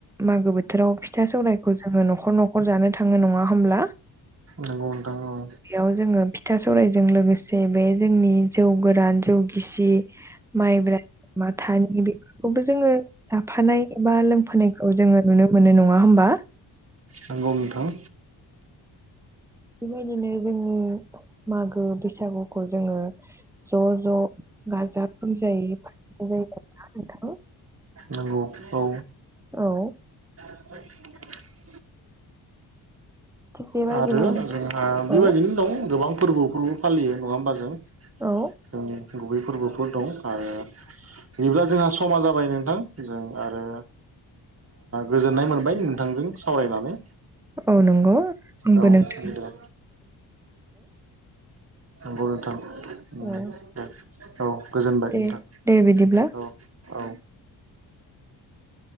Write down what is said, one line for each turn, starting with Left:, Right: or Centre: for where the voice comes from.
Centre: मागो बोथोराव फिथा सौरायखौ जोङो न'खर न'खर जानो थाङो नङा होमब्ला?
Right: नंगौ नोंथां औ
Centre: बेयाव जोङो फिथा सौरायजों लोगोसे बे जोंनि जौ गोरान जौ गिसि माइब्रायनि माथानि बेफोरखौबो जोङो लाफानाय एबा लोंफानायखौ जोङो नुनो मोनो नङा होमबा?
Right: नंगौ नोंथां।
Centre: बेबायदिनो जोंनि मागो बैसागुखौ जोङो ज' ज' गाजा गोमजायै <unintelligible> ना नोंथां?
Right: नांगौ औ।
Centre: औ।
Right: <inaudible>
Centre: थिग बेबायदिनो
Right: आरो जोंहा बेबायदिनो
Centre: औ
Right: दं गोबां फोरबोफोरबो फालियो नङा होमब जों।
Centre: औ
Right: जोंनि गुबै फोरबोफोर दं आरो बिब्ला जोंहा समा जाबाय नोंथां जों आरो गोजोननाय मोनबाय नोंथांजों सावरायनानै।
Centre: औ नंगौ। आंबो
Right: औ
Centre: नोंथां
Right: दे नंगौ नोंथां। दे
Centre: औ
Right: औ गोजोनबाय
Centre: दे
Right: नोंथां।
Centre: दे बिदिब्ला।
Right: औ औ।